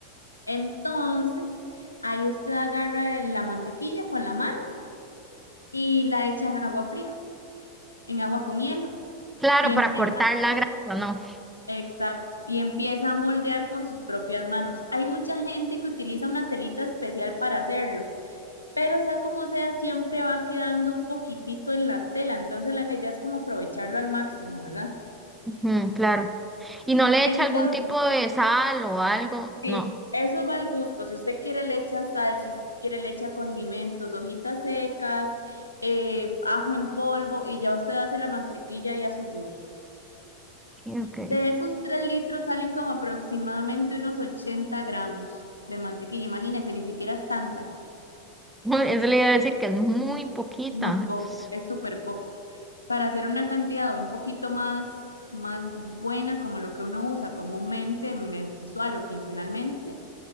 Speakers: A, on the left (about 85°); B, in the centre.
A: Entonces, ahí usted agarra la mantequilla con la mano y la echa en agua fría, en agua con hielo.
B: Claro,
A: Y empieza,
B: para cortar la grasa, no.
A: exacto, y empieza a moldear con sus propias manos. Hay mucha gente que utiliza una telita especial para hacerlo pero sea como sea, siempre va quedando un poquitito en la tela, entonces la idea es como aprovecharlo al máximo, ¿verdad?
B: Ujú, claro. Y no le
A: Entonces,
B: echa algún tipo de sal o algo,
A: sí,
B: no.
A: eso va al gusto, si usted quiere le echa sal, si usted quiere le echa condimentos, hojitas secas, eh, ajo en polvo y ya usted hace la mantequilla y a su gusto.
B: Sí, Ok.
A: De esos 3 litros salen como aproximadamente unos 80 gramos de mantequilla, imagínese, ni siquiera es tanta.
B: Bueno, Eso le iba a decir que es muy poquita.
A: Muy poco,
B: Es-
A: es súper poco. Para hacer una cantidad un poquito más, más buena, como lo que uno usa comúnmente, mensual o quincenalmente,